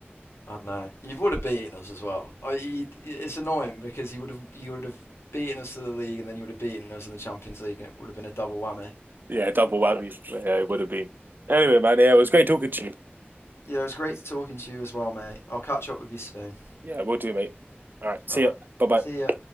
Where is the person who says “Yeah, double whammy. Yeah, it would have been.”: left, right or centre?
Right